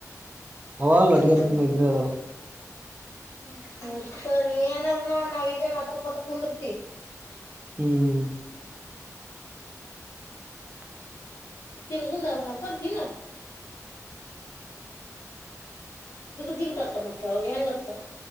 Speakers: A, on the right; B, on the left.
A: ಅವ ಲೊಟ್ಗೇರಿ
B: ಹ್ಮ
A: ಕುಮ್ಮೆ ಇಬ್ರೇ ಅದಾರ
B: ಮತ್ತ ನೀ ಏನಾದ ನೋಡ್ ನಾವ ಇದೆ ಮಾತ್ರ ಕೊತ ಕುಂದಿರ್ತಿ <unintelligible>
A: ಹ್ಮ್ ಹ
B: ತಿನ್ ಗುಂಡಾಾವ ನ ಕೊ ತಿೀ ನ ಿಿಗತ್ತ ಮತ್ತೆ ಹೆಂಗತ್ತ